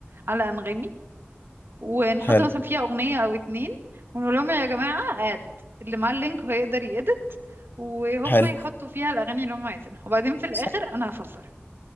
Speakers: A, on the right (about 60°); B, on the left (about 55°).
A: على انغامي ونحط
B: حلو
A: مثلا فيها اغنيه او اتنين ونقول لهم يا جماعه اد اللي معاه اللينك هو يقدر يedit وهم
B: حلو
A: يحطوا فيها الاغاني اللي هم عايزينها وبعدين في الاخر
B: صح
A: انا هفلترها